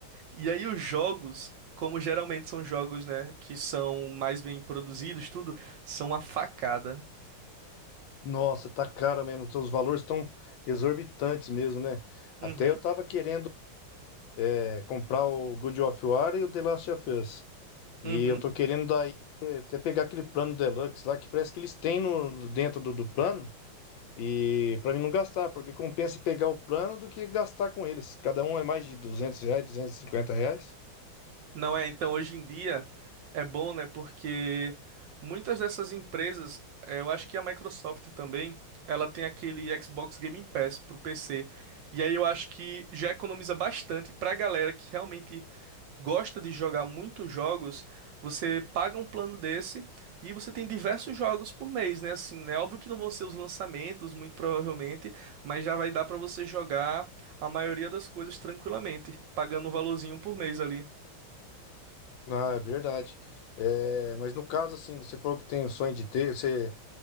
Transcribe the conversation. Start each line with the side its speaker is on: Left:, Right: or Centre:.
Right: E aí os jogos, como geralmente são jogos, né, que são mais bem produzidos, tudo, são uma facada.
Left: Nossa, tá caro mesmo, os valores estão exorbitantes mesmo, né?
Right: Uhum.
Left: Até eu tava querendo é, comprar o God of War e o The Last of Us. E
Right: Uhum.
Left: eu tô querendo dar Até pegar aquele plano deluxe lá, que parece que eles têm no, dentro do, do plano, e pra mim não gastar, porque compensa pegar o plano do que gastar com eles. Cada um é mais de 200 reais, duzentos e cinquenta reais.
Right: Não é, então hoje em dia é bom, né? Porque muitas dessas empresas, eh, eu acho que a Microsoft também, ela tem aquele Xbox Game Pass pro PC. E aí eu acho que já economiza bastante pra galera que realmente gosta de jogar muitos jogos. Você paga um plano desse e você tem diversos jogos por mês, né? Assim, né? Óbvio que não vão ser os lançamentos, muito provavelmente, mas já vai dar pra você jogar a maioria das coisas tranquilamente, pagando um valorzinho por mês ali.
Left: Ah, é verdade. É, mas no caso, assim, você falou que tem o sonho de ter, você